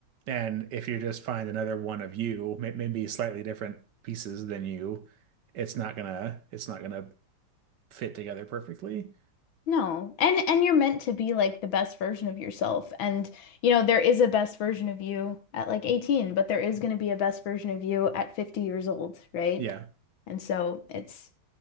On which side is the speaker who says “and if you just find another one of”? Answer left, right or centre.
Right